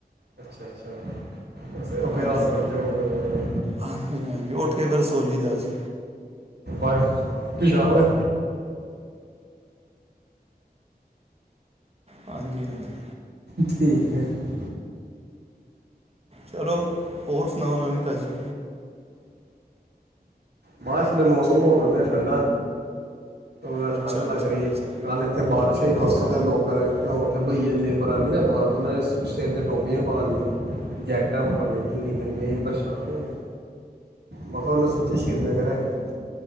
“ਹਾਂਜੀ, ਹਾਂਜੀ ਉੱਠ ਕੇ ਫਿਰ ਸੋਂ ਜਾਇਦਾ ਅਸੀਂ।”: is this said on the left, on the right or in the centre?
Right